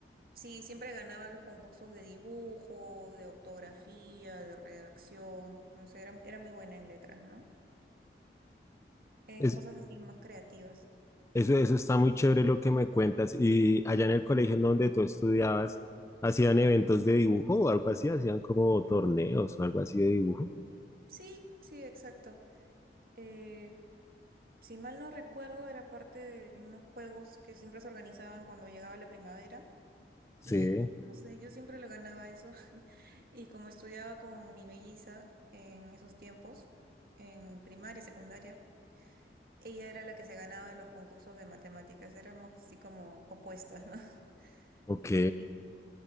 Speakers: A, on the right; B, on the left.
A: Sí, siempre ganaba los concursos de dibujo, de ortografía, de redacción. O sea, era, era muy buena en letras, ¿no? En
B: es.
A: cosas así más creativas.
B: Eso, eso está muy chévere lo que me cuentas. Y allá en el colegio en donde tú estudiabas, ¿hacían
A: Ujú.
B: eventos de dibujo o algo así? ¿Hacían como torneos o algo así de dibujo?
A: Sí, sí, exacto. Eh, si mal no recuerdo, era parte de unos juegos que siempre se organizaban cuando llegaba la primavera.
B: Sí,
A: Y no sé, yo siempre lo ganaba eso. <laughs> Y como estudiaba con mi melliza en esos tiempos, en primaria, secundaria, Ella era la que se ganaba en los concursos de matemáticas, éramos así como opuestas, ¿no? <laughs>
B: ok.
A: Y